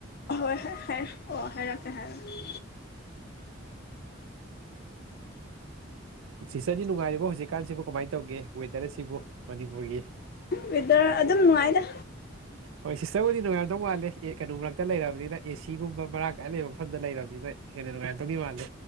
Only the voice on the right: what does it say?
ꯁꯤꯇꯔꯗꯤ ꯅꯨꯡꯉꯥꯏꯔꯤꯕ ꯍꯧꯖꯤꯛꯀꯥꯟꯁꯤꯕꯨ ꯀꯃꯥꯏꯅ ꯇꯧꯒꯦ ꯋꯦꯗꯔ ꯑꯁꯤꯕꯨ ꯃꯅꯤꯄꯨꯔꯒꯤ
ꯍꯣꯏ ꯁꯤꯁꯇꯔꯕꯨꯗꯤ ꯅꯣꯡ ꯌꯥꯝꯗꯧ ꯃꯥꯜꯂꯦ ꯑꯦ ꯀꯩꯅꯣ ꯃꯔꯛꯇ ꯂꯩꯔꯕꯅꯤꯅ ꯑꯦꯁꯤꯒꯨꯝꯕ ꯃꯔꯥꯡ ꯀꯥꯏ ꯑ ꯂꯩꯕ ꯃꯐꯝꯗ ꯂꯩꯔꯕꯅꯤꯅ ꯍꯦꯔ ꯇꯣꯅꯤ ꯃꯥꯂꯦ